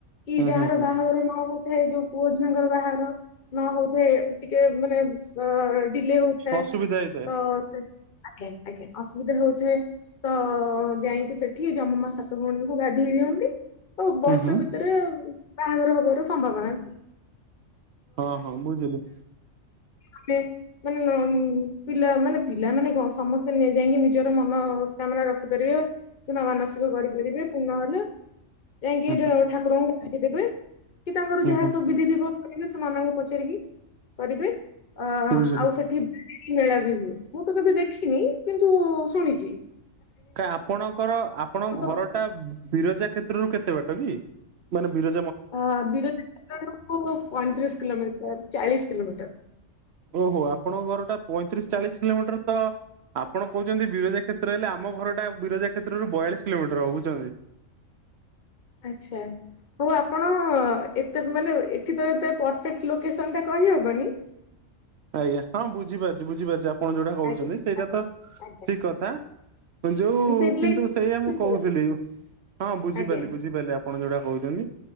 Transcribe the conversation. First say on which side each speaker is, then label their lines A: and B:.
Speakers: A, on the left; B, on the right.
A: କି
B: ହୁଁ
A: ଯାହାର
B: ହୁଁ
A: ବାହାଘର ନ ହଉଥାଏ ଯୋଉ ପୁଅ ଝିଅଙ୍କର ବାହାଘର ନ ହଉଥାଏ ଟିକେ ମାନେ ସ ଏ ଡିଲେ ହଉଥାଏ
B: ହୁଁ ଅସୁବିଧା
A: ତ
B: ହେଇଥାଏ
A: ସେ ଆଜ୍ଞା ଆଜ୍ଞା ଅସୁବିଧା ହଉଥାଏ। ତ ଯାଇକି ସେଠି ଜମମା ସାତ ଭଉଣୀଙ୍କୁ ଗାଧେଇ ଦିଅନ୍ତି। ଓ ବର୍ଷେ
B: ହୁଁ ହୁଁ
A: ଭିତରେ ବାହାଘର ହବାର ସମ୍ଭାବନା। ଥାଏ।
B: ହଁ ହଁ ବୁଝିଲି।
A: ଆମେ ମାନ ପିଲା ମାନେ ପିଲାମାନେ କଁ ସମସ୍ତେ ମେ ଯାଇକି ନିଜର ମନ କାମନା ରଖିପାରିବେ କିମ୍ବା ମାନସିକ କରିପାରିବେ ପୂର୍ଣ୍ଣ ହେଲେ ଯାଇଁକି
B: ହୁଁ
A: ଯ
B: ହୁଁ
A: ଠାକୁରଙ୍କୁ ପାଠେଇଦେବେ କି ତାଙ୍କର
B: ହୁଁ
A: ଯାହା
B: ହୁଁ
A: ସବୁ ବିଧି ଥିବ କାଇଁକିନା ସେ ନନାଙ୍କୁ ପଚାରିକି କରିବେ ଅ ଆ
B: ବୁଝିଲି
A: ଆଉ ସେଠି ମେଳା ବି ହୁଏ ମୁଁ ତ କେବେ ଦେଖିନି କିନ୍ତୁ ଶୁଣିଚି।
B: କାଁ ଆପଣଙ୍କର ଆପଣଙ୍କ ଘର
A: ରହିଲି
B: ଟା ବିରଜା କ୍ଷେତ୍ରରୁ କେତେ ବାଟ କି? ମାନେ ବିର
A: ଅ ବିରଜା କ୍ଷେତ୍ରଠାରୁ ପଇଁତିରିଶ କିିଲୋମିଟର ଚାଳିଶ କିିଲୋମିଟର।
B: ଓହୋ ଆପଣଙ୍କ ଘର ଟା ପଇଁତିରିଶ ଚାଳିଶ କିଲୋମିଟର ତ। ଆପଣ କହୁଚନ୍ତି ବିରଜା କ୍ଷେତ୍ର ହେଲେ ଆମ ଘରଟା ବିରଜା କ୍ଷେତ୍ରରୁ ବୟାଳିଶ କିଲୋମିଟର ହବ ବୁଝୁଚନ୍ତି।
A: ଆଚ୍ଛା। ହଉ ଆପଣ ଏତେ ମାନେ ଏଠି ତ ଏତେ ପରଫେକ୍ଟ ଲୋକେସନ ଟା କହିହବନି।
B: ଆଜ୍ଞା ହଁ ବୁଝିପାରୁଚି ବୁଝିପାରୁଚି ଆପଣ ଯୋଉଟା କହୁଚନ୍ତି
A: ଆଜ୍ଞା
B: ସେଇଟା ତ
A: ଆଜ୍ଞା।
B: ଠିକ କଥା। ଯୋଉ
A: ମୁଁ ସେଇଥିଲାଗି
B: କିନ୍ତୁ ସେଇଆ ମୁଁ
A: ବୁଝିପାରୁନି।
B: କହୁଥିଲି ହଁ ବୁଝିପାରିଲି
A: ଆଜ୍ଞା
B: ବୁଝିପାରିଲି ଆପଣ ଯୋଉଟା କହୁଚନ୍ତି